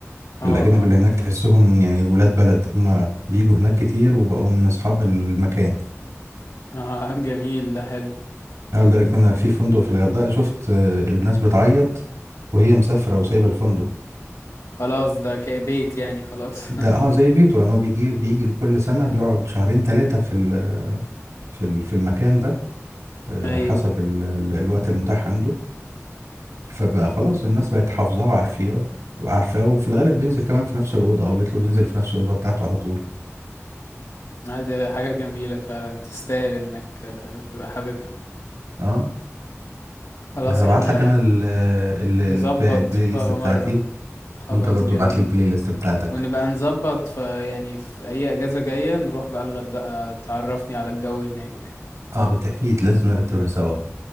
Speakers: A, on the left; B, on the right.
A: اه
B: الأجانب
A: اه
B: اللي هناك تحسهم يعني ولاد بلد هما بيجوا هناك كتير وبقوا من أصحاب المكان
A: اه <laughs> جميل ده حلو
B: أنا لدرجة إن أنا في فندق في الغردقة شفت آه، الناس بتعيط وهي مسافرة وسايبة الفندق
A: خلاص ده كبيت يعني خلاص
B: ده
A: <laughs>
B: اه زي بيته لان هو بيجي بيجي كل سنه بيقعد شهرين ثلاثه في ال في ال في المكان ده آه،
A: ايوه
B: حسب ال ال الوقت المتاح عنده فبقى خلاص الناس بقت حافظاه وعارفاه وعارفاه وفي الغالب بينزل كمان في نفس الاوضه او بيطلب ينزل في نفس الاوضه بتاعته على طول
A: لا، ده حاجة جميلة فعلا تستاهل انك آه، تبقى حاببها
B: اه
A: خلاص
B: هبعت
A: احنا
B: لك انا ال ال
A: نظبط
B: البلاي, البلاي ليست
A: بقى
B: بتاعتي
A: مرة خلاص
B: وانت برضو
A: جميل
B: ابعت لي البلاي ليست بتاعتك
A: ونبقى نظبط في يعني في أي أجازة جاية نروح بقى الغردقة تعرفني على الجو هناك
B: اه بالتاكيد لازم نرتبها سوا